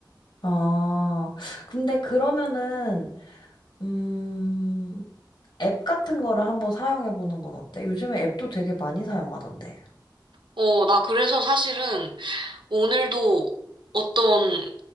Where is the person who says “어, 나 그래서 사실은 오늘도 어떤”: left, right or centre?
Right